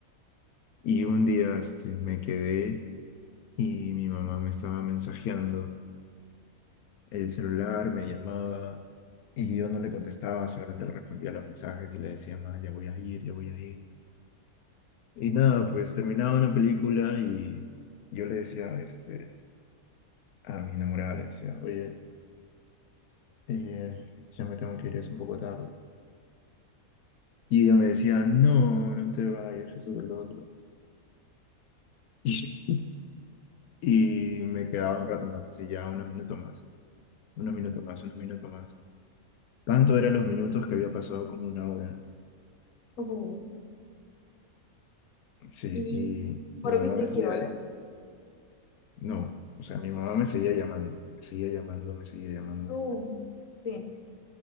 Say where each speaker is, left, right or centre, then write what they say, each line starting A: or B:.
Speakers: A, on the left (about 90°); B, on the left (about 65°).
A: y un día este, me quedé y mi mamá me estaba mensajeando el celular, me llamaba y yo no le contestaba, solamente le respondía a los mensajes y le decía, ma, ya voy a ir, ya voy a ir. Y nada, pues terminaba una película y yo le decía este, a mi enamorada, le decía, oye. eh, ya me tengo que ir, es un poco tarde. Y ella me decía, no, no te vayas, eso que lo otro. <laughs> Y, y me quedaba un rato más, sí, ya unos minutos más, unos minutos más, unos minutos más. Tanto eran los minutos que había pasado como una hora.
B: Uh,
A: Sí,
B: y,
A: y mi
B: ¿por
A: mamá
B: viste
A: me seguía,
B: qué hora?
A: no, o sea, mi mamá me seguía llamando, me seguía llamando, me seguía llamando.
B: Uh, sí.